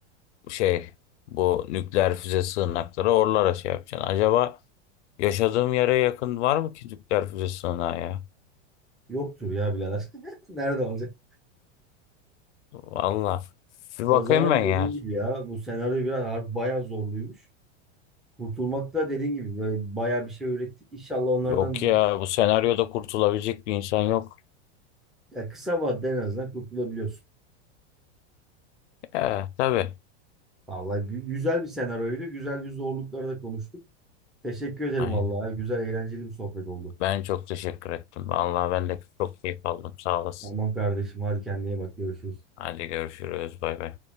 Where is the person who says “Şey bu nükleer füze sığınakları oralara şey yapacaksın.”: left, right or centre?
Left